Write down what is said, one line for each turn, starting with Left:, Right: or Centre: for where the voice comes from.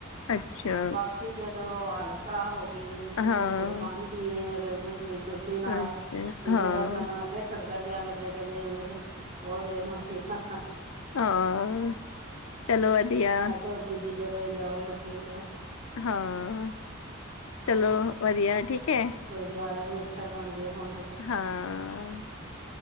Left: ਅੱਛਾ
Right: ਵਾਪਸੀ ਤੇ ਹਾਲਤ ਖ਼ਰਾਬ ਹੋ ਗਈ। ਵੀ ਰੁਕ-ਰੁਕ
Left: ਹਾਂ
Right: ਫਿਰ ਪਾਣੀ ਪੀਲਿਆ ਅਗਰ ਕੁਛ ਵੀ ਕੋਈ ਸੁਸਤੀ ਨਾ ਆਏ।
Left: ਅੱਛਾ
Right: ਇੱਕ
Left: ਹਾਂ
Right: ਜਗ੍ਹਾ ਤੋਂ ਮੈਨੂੰ ਐਵੇ ਝੱਟਕਾ ਜਿਹਾ ਲੱਗਿਆ ਕਹਿੰਦੇ। ਉਹ ਹੋਰ ਗਏ ਮਸੀਬਾ
Left: ਹਾਂ, ਚਲੋ ਵਧੀਆ।
Right: ਹੋਰ ਦੂਜੀ ਜਗ੍ਹਾ ਜਾਓ ਤਾਂ ਠੀਕ ਹੈ।
Left: ਹਾਂ, ਚਲੋ ਵਧੀਆ ਠੀਕ ਹੈ।
Right: ਗੁਰਦੁਆਰਾ ਵੀ ਅੱਛਾ ਬਣ ਗਿਆ। ਪੋਓਟਾ ਸਾ
Left: ਹਾਂ।